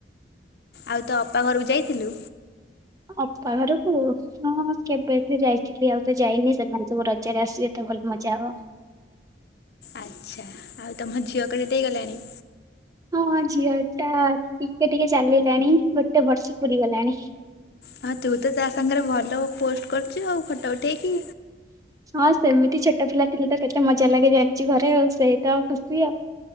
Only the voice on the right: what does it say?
ଅପା ଘରକୁ ହଁ କେବେଠୁ ଯାଇଥିଲି ଆଉ ତ ଯାଇନି ସେମାନେ ସବୁ ରଜରେ ଆସିବେ ତ ଭଲ ମଜା ହବ।
ହଁ ଝିଅ ଟା ଟିକେ ଟିକେ ଚାଲିଲାଣି ଗୋଟେ ବର୍ଷ ପୁରି ଗଲାଣି।
ହଁ ସେମିତି ଛୋଟ ପିଲା ଥିଲେ ତ କେତେ ମଜା ଲାଗେ ଯାଣିଚୁ ଘରେ ଆଉ ସେଇ ତ ଆଉ ଖୁସି ଆଉ।